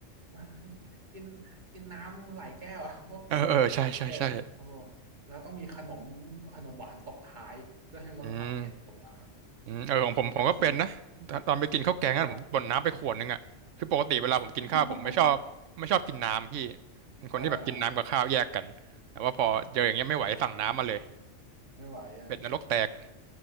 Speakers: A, on the right (about 35°); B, on the right (about 75°).
A: <laughs> กินกินน้ำหลายแก้วอะพวก
B: เออเออใช่ใช่ใช่
A: เผ็ดโอ้แล้วต้องมีขนมขนมหวานตบท้ายเพื่อให้ลดความเผ็ดลงมา
B: อืม อืมเออของผมผมก็เป็นนะตอนตอนไปกินข้าวแกงนั่นผมบ่นน้ำไปขวดนึงอ่ะคือปกติเวลาผมกินข้าวผมไม่ชอบไม่ชอบกินน้ำพี่
A: พวกกะทิอ่า <laughs>
B: เป็นคนที่แบบกินน้ำกับข้าวแยกกันแต่ว่าพอเจออย่างเงี้ยไม่ไหวสั่งน้ำมาเลย
A: เออเออไม่ไหวอ่ะ
B: เป็ดนรกแตก